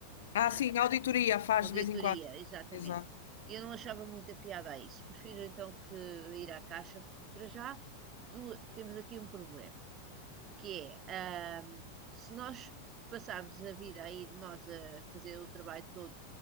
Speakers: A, on the left; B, on the right.
A: Ah, sim,
B: a
A: a auditoria faz
B: auditoria,
A: de vez em quando.
B: exatamente.
A: Exato.
B: E eu não achava muita piada a isso. Prefiro então que ir à caixa. Para já, du- temos aqui um problema, que é, ah, se nós passarmos a vida aí, nós a fazer o trabalho todo